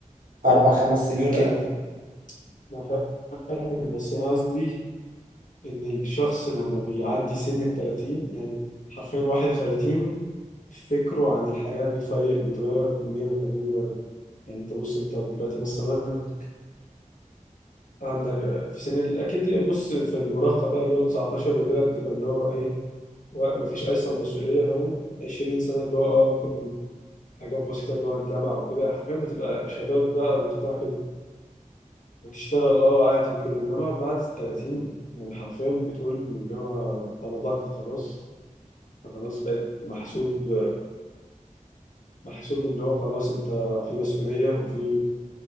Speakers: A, on the right (about 85°); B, on the left (about 70°).
A: أربع خمس سنين
B: لا
A: كده
B: انا فا- انا فاهم بس انا قصدي ان الشخص لما بيعدي سن ال 30 يعني حرفيا 31 فكره عن الحياة بيتغير بيتغير 180 مرة يعني انت بص انت دلوقتي مثلا عندك في سن ال- اكيد دي بص في المراهقة بقى اللي هو 19 وكده بتبقى اللي هو ايه و- مفيش اصلا مسؤولية فاهم 20 سنة اللي هو اه ممكن حاجات بسيطة اللي هو الجامعة وكده حرفيا بتبقى شباب بقى وبتاع كده وتشتغل اه عادي وكده انما بعد ال 30 يعني حرفيا بتقول اللي هو انت نضجت خلاص خلاص بقيت محسوب محسوب اللي هو خلاص انت في مسؤولية وفي